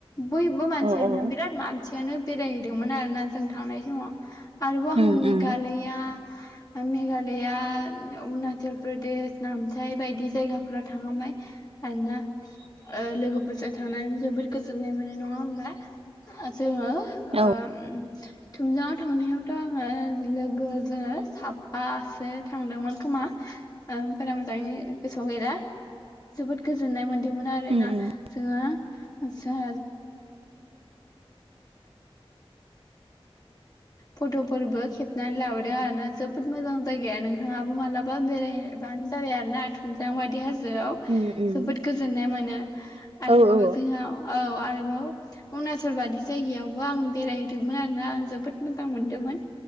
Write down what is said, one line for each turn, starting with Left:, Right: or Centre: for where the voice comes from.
Left: बैबो मानसियानो
Right: औ औ
Left: बिराद मान सियानो बेरायहैदोंमोन आरोना जों थांनाय समाव। आरोबाव
Right: उम
Left: हां मेघालया
Right: उम
Left: मेघालया, अरुनाचल प्रदेश, नामथाइ बायदि जायगाफोराव थांखांबाय आरो ना। लोगोफोरजों थांनानै जोबोद गोजोननाय मोनो नङा होमबा? जोङो ओ
Right: औ
Left: थुमजाङाव थांनायावथ' आङो लोगो जोङो साबबासो थांदोंमोन खोमा। ओ बारा मोजाङै गोसोआव गैला जोबोद गोजोननाय मोनदों मोन आरो
Right: उम
Left: ना।
Right: उम
Left: जोङो ओजाह फट'फोरबो खेबनानै लाबोदों आरोना जोबोद मोजां जायगाया नोंथाङाबो मालाबा बेरायबानो जाबाय आरो ना थुमजां बायदि हाजो आव
Right: उम उम
Left: जोबोद गोजोननाय मोनो। आरोबाव
Right: औ औ
Left: जोंहा औ आरोबाव अुरुणाचल बादि जायगायावबो आं बेरायहैदोंमोनोन आरो ना आं जोबोद मोजां मोनदोंमोन